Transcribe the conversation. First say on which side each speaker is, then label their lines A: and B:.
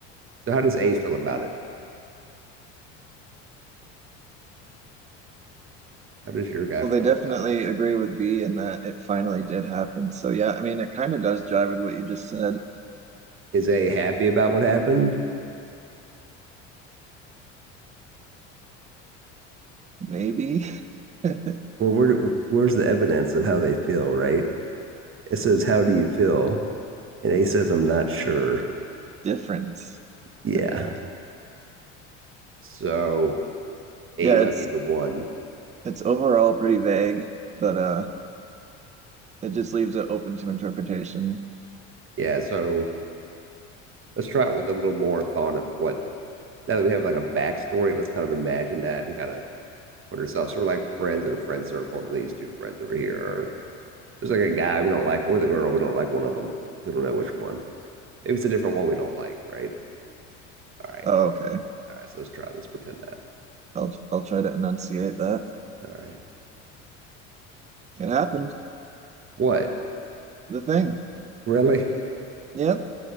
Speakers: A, on the right; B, on the right.
A: So how does A feel about it? How does your guy
B: well,
A: feel
B: they definitely
A: about it?
B: agree with B in that it finally did happen. So yeah, I mean, it kind of does jive with what you just said.
A: Is A happy about what happened?
B: Maybe <laughs>
A: Well, where, where's the evidence of how they feel, right? It says, "How do you feel?" And A says, "I'm not sure."
B: difference,
A: Yeah.
B: I guess.
A: So A
B: Yeah,
A: might
B: it's
A: be the one.
B: It's overall pretty vague, but uh it just leaves it open to interpretation.
A: Yeah, so let's try it with a little more thought of what now that we have like a backstory, let's kind of imagine that and kind of put ourselves. So we're like friends in a friend circle, and these two friends over here are There's like a guy we don't like, or the girl we don't like. One of them we don't know which one. Maybe it's a different one we don't like, right? All right,
B: Oh, okay.
A: all right. So let's try this. Pretend that.
B: I'll I'll try to enunciate that.
A: All right.
B: It happened.
A: What?
B: The thing.
A: Really?
B: Yep,